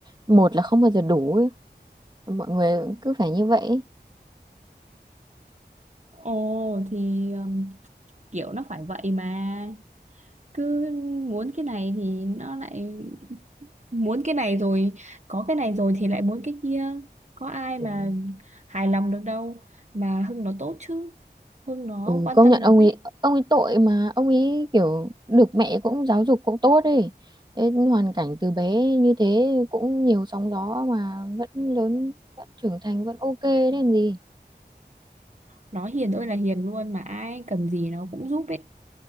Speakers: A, on the right (about 25°); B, on the right (about 40°).
A: một là không bao giờ đủ ấy. mọi người cứ phải như vậy ấy.
B: ồ thì ừm, kiểu nó phải vậy mà cứ muốn cái này thì nó lại muốn cái này rồi có cái này rồi thì lại muốn cái kia có ai
A: Kiểu,
B: mà hài lòng được đâu mà Hưng nó tốt chứ Hưng nó
A: ừ,
B: quan
A: công
B: tâm
A: nhận
B: lắm
A: ông ấy
B: ấy
A: ông ấy tội mà ông ấy kiểu được mẹ cũng giáo dục cũng tốt ấy Thế hoàn cảnh từ bé như thế cũng nhiều sóng gió mà vẫn lớn vẫn trưởng thành vẫn ok đấy làm gì
B: nó hiền ơi là hiền luôn mà ai cần gì nó cũng giúp ấy